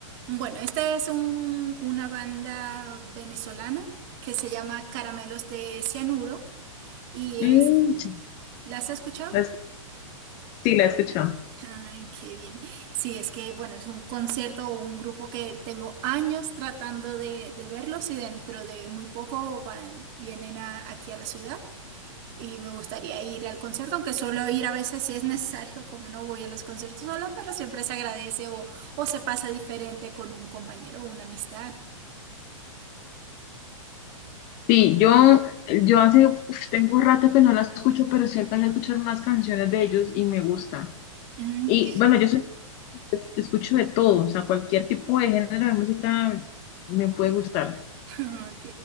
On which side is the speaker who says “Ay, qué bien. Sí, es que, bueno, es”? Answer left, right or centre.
Right